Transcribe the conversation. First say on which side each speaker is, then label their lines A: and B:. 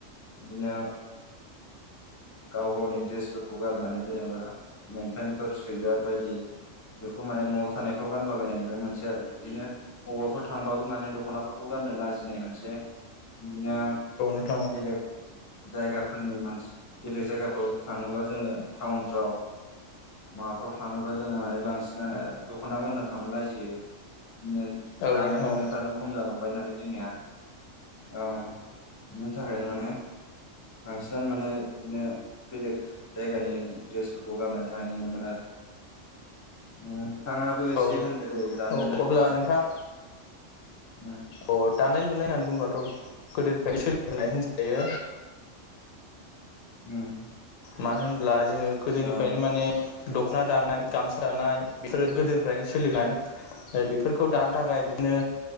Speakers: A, on the left (about 25°); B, on the left (about 85°).
A: इदिनो गाव गावनि दड्रेसफोरखौ गारनानै जेनेबा लंपेन्टफोर सुइजार बायदि बेफोरखौ माने न'आव थानायफ्राव गानलाबायनाय नुनो मोनसै आरो इदिनो अबाफोर थांबाबो माने दख'नाफोर खौ गाननो लाजिनाय मोनसै इदिनो
B: नोंथां
A: बेलेग जायगाफोरनि मानसि बेलेग जायगाफ्राव थाङोबा जोङो टाउनफ्राव माबाफ्राव थाङोबा जोङो माने बांसिनानो दख'ना गानना थांनो लाजियो बिदिनो
B: औ
A: दानाय
B: नोंथां
A: लुनायफ्रानो खम जाला बाय नालाय जोंनिया औ बिनि थाखायनो माने बांसिनानो माने बिदिनो बेलेग जायगानि ड्रेसफोरखौ गाननाय थानाय नुनो मोनो आरो नोंथाङाबो एसे
B: औ
A: होन्दो दे
B: औ
A: दानाय लुनायनि
B: अब्ला
A: बागै
B: नोंथां
A: <unintelligible>
B: अ दानाय लुनाय होननानै बुंब्लाथ' गोदोनिफ्रायनो सोलिबोनाय होनजायो
A: उम
B: मानो होनोब्ला जोङो गोदोनिफ्रायनो
A: ओं
B: माने दख'ना दानाय गामसा दानाय बेफोरो गोदोनिफ्रायनो सोलिनाय ओ बेफोरखौ दानो थाखाय बिदिनो